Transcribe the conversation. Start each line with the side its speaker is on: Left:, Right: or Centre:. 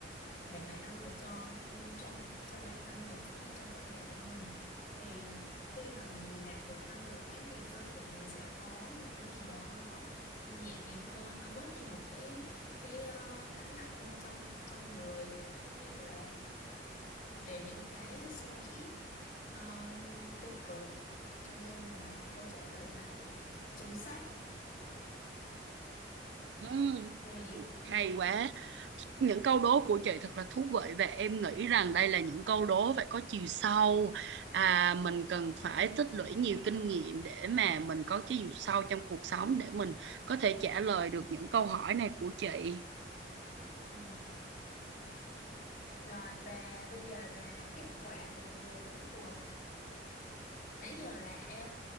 Left: nạp lại năng lượng cho trong cho bản thân mình cũng như cho cơ thể của mình thì khi mà mình nạp đủ năng lượng ấy thì cơ thể mình sẽ có một cái gì đó nó nhẹ nhàng hơn nó bớt đi một cái cái ờ, gánh nặng hơn trong trong người cũng như là về những cái suy nghĩ ờ, tiêu cực cho nên là câu trả lời này chính xác
Right: ừ,
Left: mười điểm
Right: hay quá những câu đố của chị thật là thú vị và em nghĩ rằng đây là những câu đố phải có chiều sâu à, mình cần phải tích lũy nhiều kinh nghiệm để mà mình có chiều sâu trong cuộc sống để mình có thể trả lời được những câu hỏi này của chị
Left: ừ. rồi và bây giờ là kết quả của người thắng cuộc nãy giờ là em